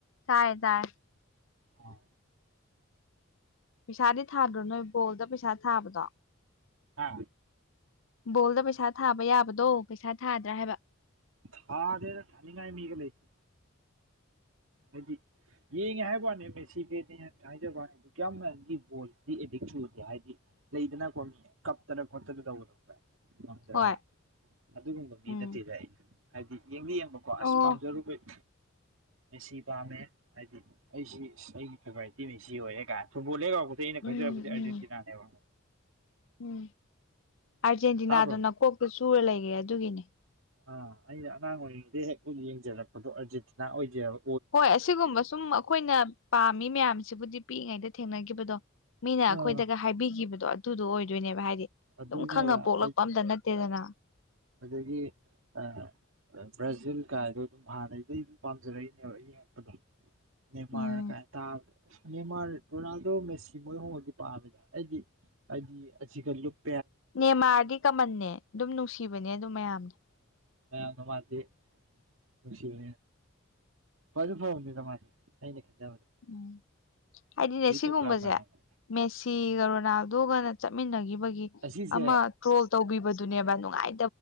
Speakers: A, on the left (about 70°); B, on the right (about 75°).
A: ꯇꯥꯔꯦ ꯇꯥꯔꯦ
B: ꯑꯣ
A: ꯄꯩꯁꯥꯗꯤ ꯊꯥꯗ꯭ꯔꯣ ꯅꯣꯏꯕꯨ ꯕꯣꯜꯗ ꯄꯩꯁꯥ ꯊꯥꯕꯗꯣ
B: ꯍꯥ
A: ꯕꯣꯜꯗ ꯄꯩꯁꯥ ꯊꯥꯕ ꯌꯥꯕꯗꯣ ꯄꯩꯁꯥ ꯊꯥꯗ꯭ꯔꯥ ꯍꯥꯏꯕ
B: ꯊꯗꯦꯗ ꯊꯥꯅꯤꯡꯉꯥꯏ ꯃꯤꯒ ꯂꯩꯇꯦ ꯍꯥꯏꯗꯤ ꯌꯦꯡꯉꯦ ꯍꯥꯏꯕꯅꯦ ꯃꯦꯁꯤꯒꯦꯅꯦ ꯍꯥꯏꯖꯕꯅꯦ ꯀꯌꯥꯝ ꯃꯔꯗꯤ ꯕꯣꯗꯤ ꯑꯦꯗꯤꯛꯨ ꯆꯨꯒꯦ ꯍꯥꯏꯗꯦ ꯂꯩꯗꯅ ꯀꯣ ꯃꯤ ꯀꯞꯇꯅ ꯈꯣꯠꯇꯅ ꯇꯧꯕꯗꯣ ꯈꯪꯕꯔꯥ ꯉꯝꯗ꯭ꯔꯒ
A: ꯍꯣꯏ
B: ꯑꯗꯨꯒꯨꯝꯕ ꯃꯤ
A: ꯎꯝ
B: ꯅꯠꯇꯦꯗ ꯑꯩ ꯍꯥꯏꯗꯤ ꯌꯦꯡꯗꯤ ꯌꯦꯡꯕꯀꯣ ꯑꯁ
A: ꯑꯣ
B: ꯄꯥꯝꯖꯔꯨꯕꯩ ꯃꯦꯁꯤ ꯄꯥꯝꯃꯦ ꯍꯥꯏꯗꯤ ꯑꯩꯁꯤ ꯑꯩꯒꯤ ꯐꯦꯚꯣꯔꯥꯏꯠ ꯃꯦꯁꯤ ꯑꯣꯏꯔꯦ ꯀꯥꯏꯅ ꯐꯨꯠꯕꯣꯜꯂꯜ ꯑꯩꯅ
A: ꯎꯝ
B: ꯈꯟꯖꯔꯛꯄꯗꯤ
A: ꯎꯝ
B: ꯑꯔꯖꯦꯟꯇꯤꯅꯥꯅꯦꯕ
A: ꯎꯝ ꯑꯔꯖꯦꯟꯇꯤꯅꯥꯗꯨ
B: ꯇꯥꯕ꯭ꯔꯣ
A: ꯅꯀꯣꯛꯇ ꯆꯨꯔ ꯂꯩꯔꯦ ꯑꯗꯨꯒꯤꯅꯦ
B: ꯑꯥ ꯑꯩꯅ ꯑꯉꯥꯡ ꯑꯣꯏꯔꯤꯉꯩꯗꯩ ꯍꯦꯛ ꯕꯣꯜ ꯌꯦꯡꯖꯔꯛꯄꯗꯣ ꯑꯔꯖꯦꯟꯇꯤꯅꯥ ꯑꯣꯏꯖꯕ
A: ꯍꯣꯏ ꯑꯁꯤꯒꯨꯝꯕ ꯁꯨꯝ ꯑꯩꯈꯣꯏꯅ ꯄꯥꯝꯃꯤ ꯃꯌꯥꯝꯁꯤꯕꯨꯗꯤ ꯄꯤꯛꯏꯉꯩꯗ ꯊꯦꯡꯅꯈꯤꯕꯗꯣ ꯃꯤꯅ ꯑꯩꯈꯣꯏꯗꯒ
B: ꯑꯥ
A: ꯍꯥꯏꯕꯤꯈꯤꯕꯗꯣ ꯑꯗꯨꯗꯣ ꯑꯣꯏꯗꯣꯏꯅꯦꯕ ꯍꯥꯏꯗꯤ
B: ꯑꯗꯨꯅꯦꯕ
A: ꯑꯗꯨꯝ ꯈꯪꯉ ꯄꯣꯛꯂꯛꯄ ꯑꯝꯇ ꯅꯠꯇꯦꯗꯅ
B: ꯑꯗꯨꯒꯤ ꯑ ꯕ꯭ꯔꯖꯤꯜ ꯀꯥꯏꯗꯣ ꯑꯗꯨꯝ ꯍꯥꯟꯅꯗꯩ ꯄꯥꯝꯖꯔꯛꯏꯅꯦꯕ ꯌꯦꯡꯉꯛꯄꯗꯣ ꯅꯦꯃꯥꯔ
A: ꯎꯝ
B: ꯀꯥꯏ ꯇꯕꯗꯣ ꯅꯦꯃꯥꯔ ꯔꯣꯅꯥꯜꯗꯣ ꯃꯦꯁꯤ ꯃꯣꯏ ꯑꯍꯨꯝꯃꯛꯇꯤ ꯄꯥꯝꯃꯤꯗ ꯑꯩꯗꯤ ꯍꯥꯏꯗꯤ ꯑꯁꯤꯒ ꯂꯨꯞ
A: ꯅꯦꯃꯥꯔꯗꯤ ꯀꯃꯟꯅꯦ ꯑꯗꯨꯝ ꯅꯨꯡꯁꯤꯕꯅꯦ ꯑꯗꯨꯝ ꯃꯌꯥꯝꯅ
B: ꯑ <unintelligible> ꯃꯥꯗꯤ ꯃꯦꯁꯤ <unintelligible> ꯐꯗꯤ ꯐꯥꯕꯅꯤꯗ ꯃꯁꯦ ꯑꯩꯅ ꯈꯟꯖꯕꯗ
A: ꯎꯝ ꯍꯥꯏꯗꯤꯅꯦ
B: ꯌꯨꯇꯨꯕꯀ
A: ꯁꯤꯒꯨꯝꯕꯖꯦ
B: ꯑꯃ ꯍꯥꯡꯕ
A: ꯃꯦꯁꯤꯒ ꯔꯣꯅꯥꯜꯗꯣꯒꯅ ꯆꯠꯃꯤꯟꯅꯒꯤꯕꯒꯤ
B: ꯑꯁꯤꯁꯦ
A: ꯑꯃ ꯇ꯭ꯔꯣꯜ ꯇꯧꯒꯤꯕ ꯑꯗꯨꯅꯦꯕ ꯅꯨꯡꯉꯥꯏ